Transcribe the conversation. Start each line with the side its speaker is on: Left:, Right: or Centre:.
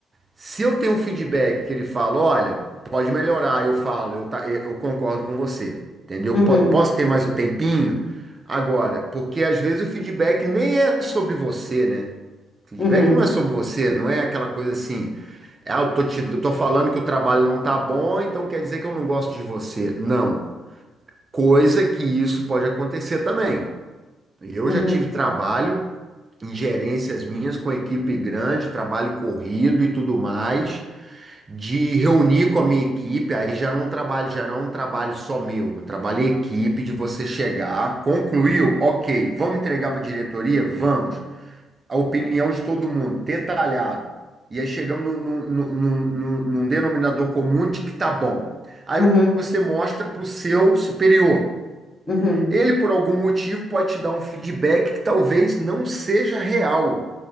Right: se eu tenho um feedback que ele fala, olha, pode melhorar, eu falo, eu, tá, eu concordo com você, entendeu?
Left: Uhum.
Right: Po- Posso ter mais um tempinho? Agora, porque às vezes o feedback nem é sobre você, né? Feedback
Left: Uhum.
Right: não é sobre você, não é aquela coisa assim, ah, eu tô te, eu tô falando que o trabalho não tá bom, então quer dizer que eu não gosto de você. Não. Coisa que isso pode acontecer também. Eu
Left: Uhum.
Right: já tive trabalho em gerências minhas com equipe grande, trabalho corrido e tudo mais, de reunir com a minha equipe, aí já não trabalho, já não é um trabalho só meu, é um trabalho em equipe de você chegar, concluiu, ok, vamos entregar para a diretoria? Vamos a opinião de todo mundo, detalhado. E aí chegamos num, num, num, num- num- num denominador comum de que tá bom. Aí
Left: Uhum.
Right: você mostra para o seu superior.
Left: Uhum.
Right: Ele, por algum motivo, pode te dar um feedback que talvez não seja real.